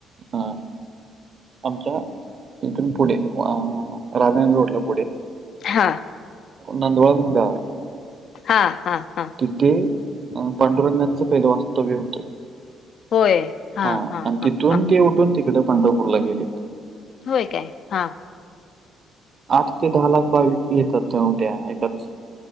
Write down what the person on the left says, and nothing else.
हा.
हा हा हा.
होय
हा
हा
होय काय? हा.